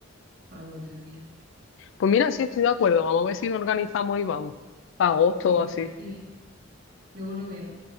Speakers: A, on the right (about 50°); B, on the left (about 65°).
A: para dos o tres días.
B: Pues mira, sí estoy de acuerdo. Vamos a ver si nos organizamos y vamos. Para agosto
A: Venga,
B: o así.
A: me parece bien. Luego lo vemos.